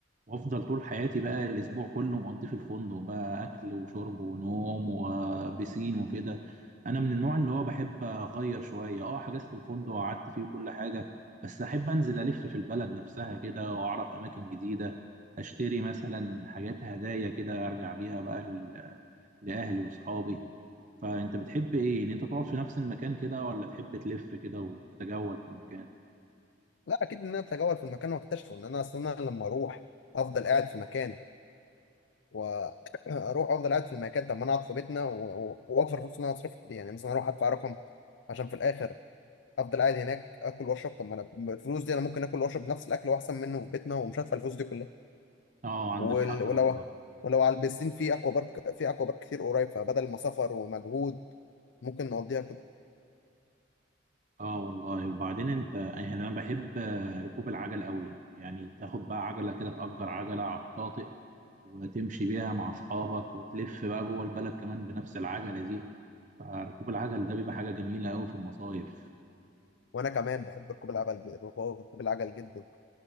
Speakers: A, on the right; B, on the left.
A: وافضل طول حياتي بقى الاسبوع كله مقضيه في الفندق بقى اكل وشرب ونوم وبسين وكده انا من النوع اللي هو بحب اغير شويه اه حجزت الفندق وقعدت فيه وكل حاجه بس احب انزل الف في البلد نفسها كده واعرف اماكن جديده اشتري مثلا حاجات هدايا كده ارجع بيها بقى لأهلي وأصحابي فأنت بتحب إيه؟ إن أنت تقعد في نفس المكان كده ولا تحب تلف كده وتتجول في المكان؟
B: لا اكيد ان انا اتجول في المكان واكتشفه ان انا اصلا لما اروح افضل قاعد في مكان واروح افضل قاعد في المكان طب ما انا اقعد في بيتنا و- و- واوفر الفلوس اللي انا هصرفها دي يعني مثلا اروح ادفع رقم عشان في الاخر افضل قاعد هناك اكل واشرب طب ما انا الفلوس دي انا ممكن اكل واشرب نفس الاكل واحسن منه في بيتنا ومش هدفع الفلوس دي كلها
A: آه عندك
B: وال-
A: حق
B: ولو
A: والله
B: ولو على البسين في اكوا بارك في اكوا بارك كتير قريب فبدل ما سفر ومجهود ممكن نقضيها كده
A: آه والله وبعدين أنت يعني أنا بحب آه، ركوب العجل قوي يعني تاخد بقى عجلة كده تأجر عجلة على الشاطئ وتمشي بيها مع أصحابك وتلف بقى جوه البلد كمان بنفس العجلة دي فركوب العجل ده بيبقى حاجة جميلة قوي في المصايف
B: وانا كمان بحب ركوب العجل ركوب العجل جدا